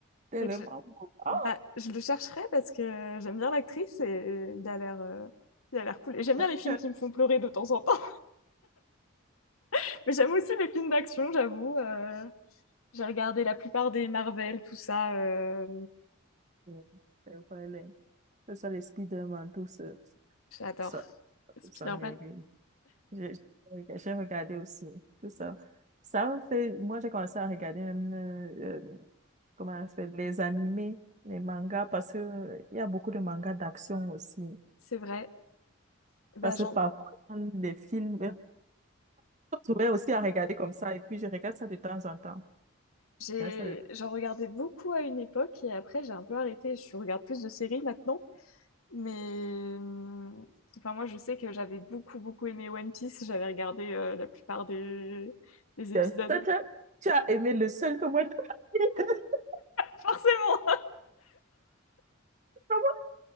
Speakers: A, on the right; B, on the left.
A: Tellement
B: Mais je...
A: beau. Ah,
B: bah, je le chercherai parce que j'aime bien l'actrice et il a l'air euh, il a l'air cool. Et j'aime bien
A: c'est
B: les films
A: vrai
B: qui me font pleurer de temps en temps. <laughs> Mais j'aime aussi les films d'action, j'avoue. Euh, J'ai regardé la plupart des Marvel, tout ça. euh,
A: que- c'est vrai, les- que ce soit les Spider-Man, tout ça. Tout
B: J'adore.
A: Ça,
B: Spider-Man,
A: tout ça, oui, oui. Je- je- J'ai regardé aussi, tout ça. Ça me fait... Moi, j'ai commencé à regarder même, euh, euh, comment ça s'appelle, les animés, les mangas, parce que euh, il y a beaucoup de mangas d'action aussi.
B: c'est vrai. Bah,
A: Parce
B: j'en
A: que parfois, dans les films, Je vais aussi à regarder comme ça et puis je regarde ça de temps en temps.
B: j'ai
A: Je regarde ça de temps.
B: j'en regardais beaucoup à une époque et après j'ai un peu arrêté. Je regarde plus de séries maintenant. Mais hum, enfin, moi, je sais que j'avais beaucoup, beaucoup aimé One Piece. J'avais regardé euh, la plupart des... des épisodes.
A: Tiens, toi, toi, tu as aimé le seul que moi je <laughs>
B: Forcément!
A: Comment